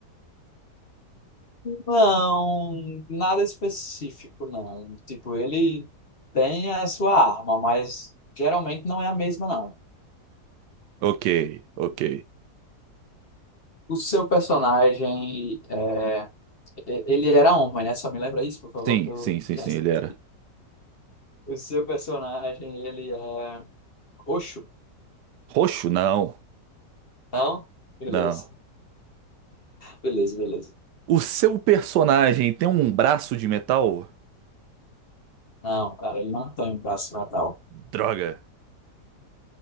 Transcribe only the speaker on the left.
Não, nada específico, não. Tipo, ele tem a sua arma, mas geralmente não é a mesma, não.
O seu personagem, é, e- ele era homem, né? Só me lembra isso, por favor.
que eu-
<laughs>
O seu personagem, ele é roxo?
Não? Beleza,
beleza, beleza.
Não, cara, ele não tem um braço metal.